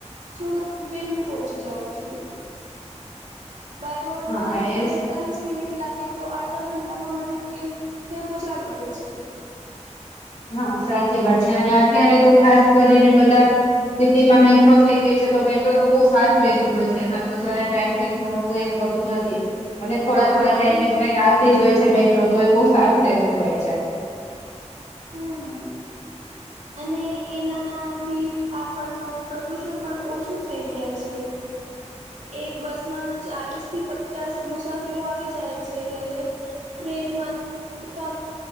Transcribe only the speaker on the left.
હા
એ
હા સાચી વાત છે અને અત્યારે તો ખાસ કરીને બધા સિટી માં મેટ્રો થઈ ગઈ છે તો મેટ્રો તો બહુ સારું રેતું હોય છે એમાં તો જરા ટ્રકેકવાનું કોઈ હોતું નથી. અને થોડા થોડા ટાઈમે
એ ટ્રેન આવતી જ હોય છે, મેટ્રો તો એ બહુ સારું રતું હોય છે.